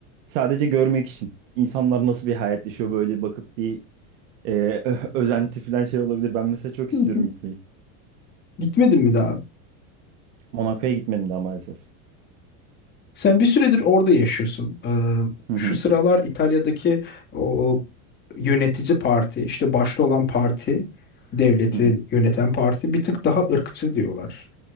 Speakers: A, on the right; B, on the left.
A: Sadece görmek için. İnsanlar nasıl bir hayat yaşıyor böyle bakıp bir e, ö- özenti falan şey olabilir. Ben mesela çok
B: <laughs>
A: istiyorum gitmeyi.
B: Gitmedin mi daha?
A: Monaco'ya gitmedim daha maalesef.
B: Sen bir süredir orada yaşıyorsun. Ee,
A: Hı hı.
B: şu sıralar İtalya'daki o yönetici parti, işte başta olan parti, devleti
A: Hı hı.
B: yöneten parti bir tık daha ırkçı diyorlar.